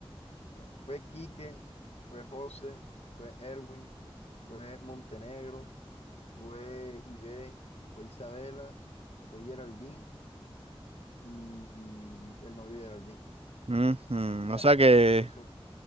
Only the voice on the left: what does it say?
Bueno, fue Quique, fue José, fue Erwin, fue Montenegro, fue Ibe, fue Isabela, fue Geraldine y el novio de Geraldine.
Ya,
eso, eso,